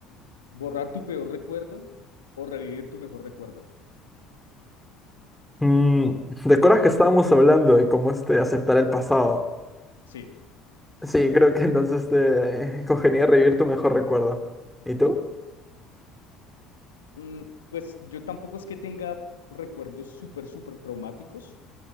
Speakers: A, on the left; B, in the centre.
A: borrar tu peor recuerdo o revivir tu mejor recuerdo.
B: Mm, ¿te acuerdas que estábamos hablando de cómo este aceptar el pasado?
A: Sí.
B: Sí, creo que entonces te eh, <laughs> cogería revivir tu mejor recuerdo. ¿Y tú?
A: Mm, pues yo tampoco es que tenga recuerdos súper, súper traumáticos